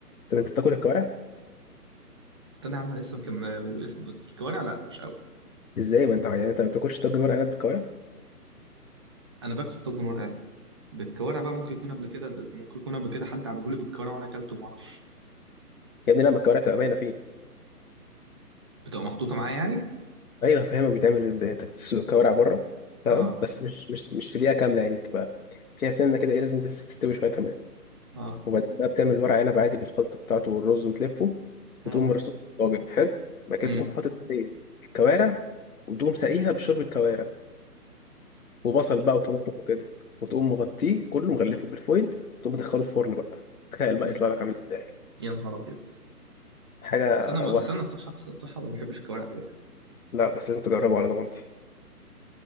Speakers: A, on the left (about 60°); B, on the right (about 15°).
A: طب انت بتاكل الكوارع
B: استنى يا عم لسه مكم... واسمه إيه؟ الكوارع لا مش أوي
A: ازاي ما انت يعني انت ما بتاكلش طاجن ورق عنب بالكوارع
B: أنا باكل طاجن ورق عنب بالكوارع بقى ممكن يكون قبل كده ممكن يكون قبل كده حد عمله لي بالكوارع وأنا أكلته وما أعرفش
A: يا ابني لا ما الكوارع تبقى باينه فيه
B: بتبقى محطوطة معايا يعني؟
A: ايوه هفهمك بيتعمل ازاي انت بتسلق الكوارع بره تمام
B: آه
A: بس مش مش مش سليقه كامله يعني بتبقى فيها سنه كده ايه لازم تس- تستوي شويه كمان
B: آه
A: وبعدين بقى بتعمل ورق عنب عادي بالخلطه بتاعته والرز وتلفه وتقوم
B: آه.
A: مرصوص في الطاجن حلو بعد كده
B: مم.
A: تقوم حاطط عليه الكوارع وتقوم ساقيها بشوربه كوارع وبصل بقى وطماطم وكده وتقوم مغطيه كله مغلفه بالفويل وتقوم مدخله الفرن بقى تخيل بقى
B: مم.
A: يطلع لك عامل ازاي
B: يا نهار أبيض
A: حاجه
B: بس انا
A: وهم
B: بس انا الصراحه بس الصراحه ما بحبش الكوارع قوي يعني
A: لا بس لازم تجربه على ضمانتي